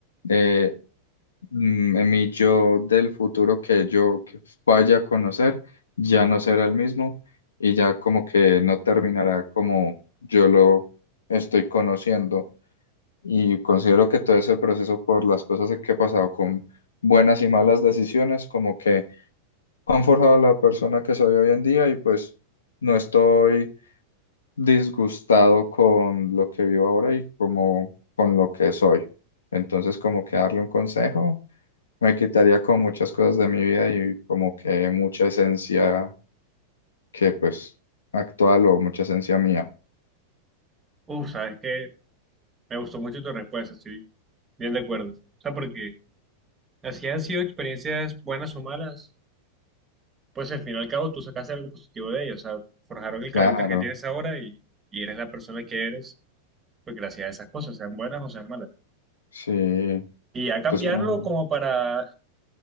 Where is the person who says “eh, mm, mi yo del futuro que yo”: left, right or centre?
Left